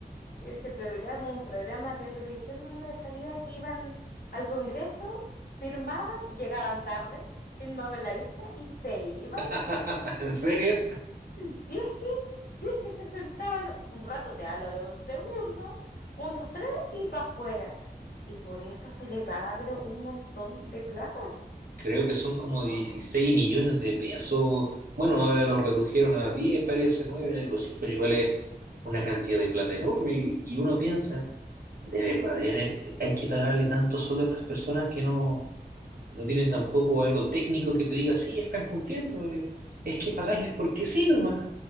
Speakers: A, on the left (about 70°); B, on the right (about 65°).
A: ese programa, un programa de televisión donde salía que iban al Congreso, firmaban, llegaban tarde, firmaban la lista y se iban
B: <laughs> ¿En serio?
A: si es que, si es que se sentaban un rato, te hablo de un segundo, un, dos, tres y para afuera. Y por eso se le paga, pero un montón de plata.
B: Creo que son como 16
A: Oh,
B: millones de pesos. Bueno, ahora lo redujeron a 10 parece, 9 algo así, pero igual es una cantidad de plata enorme y y uno piensa, de verdad, ¿De hay que pagarle tanto sueldo a estas personas que no No tienen tampoco algo técnico que te diga, sí, están cumpliendo, eh, es que pagarles porque sí nomás.